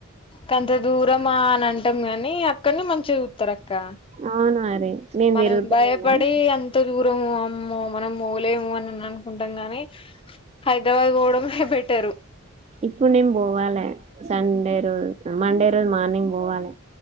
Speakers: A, on the left; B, on the right.
A: కొంత దూరమా అని అంటాం కాని అక్కడని మంచిగా రక్క
B: అవును మరి నేను
A: మనం
B: తిరుగుతలేనా
A: భయపడి ఎంత దూరం మనం మోలేము అని అనుకుంటాం గాని హైదరాబాద్ గోడ పెట్ పేట్టరు
B: ఇప్పుడు నేం పోవాలి సండే రోజు మండే రోజు మార్నింగ్ పోవాలి